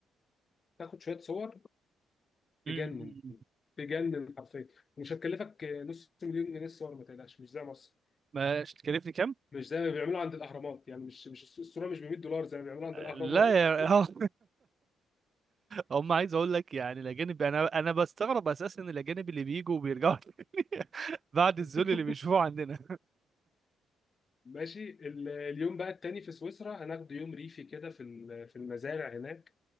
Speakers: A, on the left; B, on the right.
A: تاخد شويه صور تجنن
B: مم.
A: تجنن حرفيا مش هتكلفك نص مليون جنيه الصور ما تقلقش مش زي مصر
B: ما تكلفني كام؟
A: مش زي ما بيعملوا عند الاهرامات يعني مش مش الصوره مش ب 100 دولار زي ما بيعملوا عند الاهرامات
B: لا يا <laughs> اه هم عايز اقول لك يعني الاجانب انا انا بستغرب اساسا إن الاجانب اللي بيجوا وبيرجعوا تاني <laughs> بعد
A: <laughs>
B: الذل اللي بيشوفوه عندنا
A: ماشي ال- اليوم بقى التاني في سويسرا هناخد يوم ريفي كده في ال- في المزارع هناك